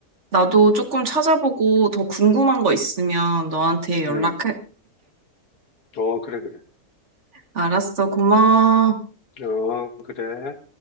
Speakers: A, on the right (about 50°); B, on the left (about 75°).
A: 나도 조금 찾아보고 더 궁금한 거 있으면 너한테 연락할게.
B: 음, 어, 그래, 그래.
A: 알았어, 고마워.
B: 어, 그래.